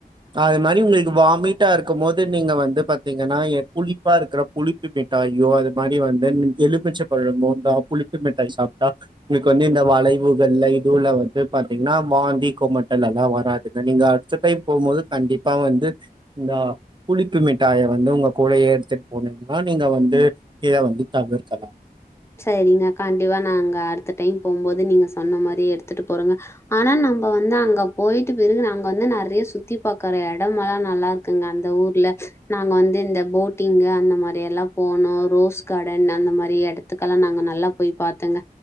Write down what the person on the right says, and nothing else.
அது மாரி உங்ளுக்கு வாமிட்டா இருக்கும் போது நீங்க வந் ந்து பாத்திங்கன்னா எ புளிப்பா இருக்கற புளிப்பு மிட்டாய்யோ அது மாரி வந்து எலுமிச்ச பழமோ புளிப்பு மிட்டாய் சாப்ட்டா உங்ளுக்கு வந்து இந்த வளைவு ங்குவல்ல இதுல்ல வந்ட்டு வ என்னாமா வாந்தி கோமட்டல் எல்லா வராதுங்க நீங்க அடுத்த டைம் போகம்போது கண்டிப்பா வந்து இந்த புளிப்பு மிட்டாய வந்து உங்க கூடயே எடுத்துட்டு போனீங்கனா நீங்க வந்து இத வந்து தவிர்க்கலா